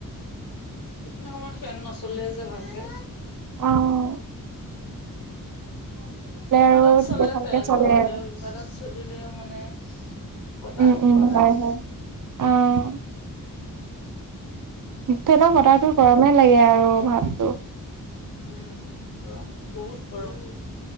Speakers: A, on the left; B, on the right.
A: সেইখিনি সময়ত ফেন নচলে যে ভালকে
B: অহ
A: ইনভাৰ্টত
B: আৰু
A: চলে
B: তেতিয়া ভালকে
A: ফেন
B: চলে
A: নহ'লেও
B: আৰু।
A: ইনভাৰ্টত চলিলেও মানে বতাহটো
B: উম -উম,
A: নালাগে।
B: হয়- হয় অহ। ফেনৰ বতাহটো গৰমে লাগে আৰু ভাবটো।
A: উম, গৰম বহুত গৰম